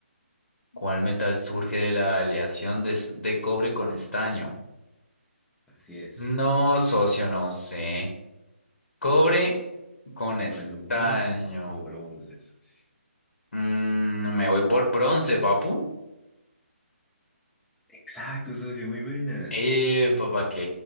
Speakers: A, on the left; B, in the centre.
A: cuál metal surge de la aleación de, s- de cobre con estaño?
B: Así es.
A: No, socio, no sé. Cobre con estaño.
B: Aluminio o bronce, socio.
A: Mm, me voy por bronce, papu.
B: Exacto, socio, muy buena.
A: Eh, para que